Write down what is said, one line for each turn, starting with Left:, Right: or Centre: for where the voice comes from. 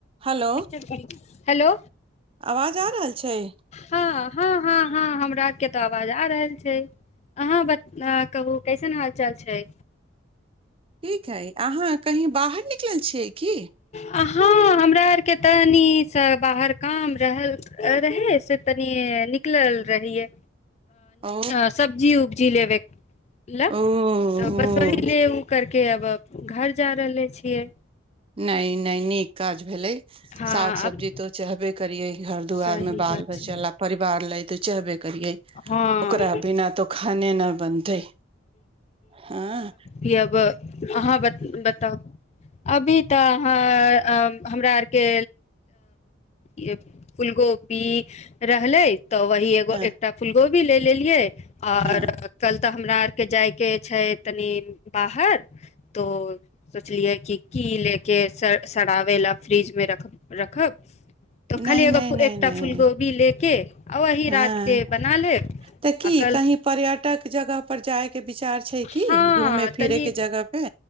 Right: Hello
Left: <inaudible> hello
Right: आवाज आ रहल छैय
Left: हाॅं हाॅं हाॅं हाॅं हमरा के तऽ आवाज आ रहल छैय अहाँ बताब कहु कैसन हाल चाल छैय
Right: ठीक हइ अहाँ कही बाहर निकलल छीयैय की
Left: हाँ हमरा आर के तनिसँ बाहर काम रहल रहे से तनी निकलल रहिये
Right: ओ
Left: आ सब्जियों उ जी लेब ल
Right: ओ ओ
Left: तऽ <inaudible> करके अब घर जा रहले छिए
Right: नैय नैय नीक काज भेलैय
Left: हँ
Right: साग सब्जी
Left: अब
Right: तो चहबे करियै घर दुआर
Left: सही
Right: में बाल
Left: बात
Right: बच्चा
Left: छै
Right: ला परिवार लऽ तऽ चाहबे करियैए
Left: हँ
Right: ओकरा बिना तो खाने नैय बनतै हाॅं
Left: य अब अहाँ बताऊ अभी तऽ अहाँ हमरा आरके ये फूलगोबी रहलैय तऽ वही एगो
Right: हँ
Left: एकटा फूलगोभी ले लेलियए <inaudible> कल
Right: हँ
Left: तऽ हमरा आर के जायके छैय तनी बाहर तो सोचलियै कि की लेके सराबैय लए फ्रिजमें रख रखब त खाली
Right: नहि
Left: एगो
Right: नहि नहि
Left: एकटा
Right: नहि
Left: फूल गोभी लेके आ अही
Right: हँ
Left: रात के बना लेब
Right: तऽ की
Left: कल
Right: कहीं पर्यटक जगह पर जाय के विचार छै
Left: हँ
Right: की घूमे फिरे
Left: तनी
Right: के जगह पे।